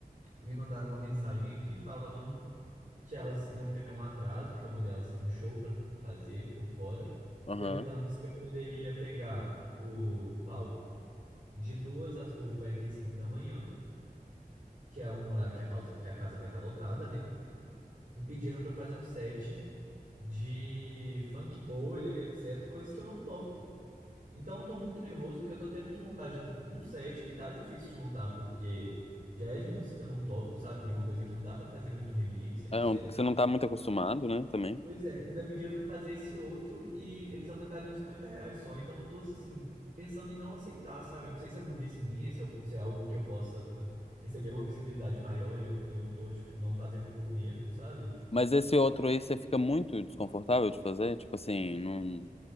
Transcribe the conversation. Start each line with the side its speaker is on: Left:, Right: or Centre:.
Right: me mandaram uma mensagem aqui falando que elas iam ter um atraso, porque uma delas tem um show para fazer por fora,
Left: Aham.
Right: perguntando se eu poderia pegar o palco de duas às duas e quarenta e cinco da manhã, que é um horário que a causa, que a casa vai estar lotada, né? me pediram para fazer um set de funk bolha, etc, coisas que eu não toco. Então eu tô muito nervoso porque eu tô tendo que montar já um set que tá difícil de montar porque já é de músicas que eu não toco, sabe? Uma coisa que não dá para fazer muito remix, etc.
Left: É um que você não tá muito acostumado, né, também.
Right: Pois é, ainda pediram para fazer esse outro e eles aumentariam 50 reais só. Então eu tô assim, pensando em não aceitar, sabe? Eu não sei se é burrice minha, se, eu- se é algo que eu possa receber uma visibilidade maior e eu, e eu tô, tipo, não fazendo por medo, sabe?
Left: Mas esse outro aí você fica muito desconfortável de fazer? Tipo assim, não,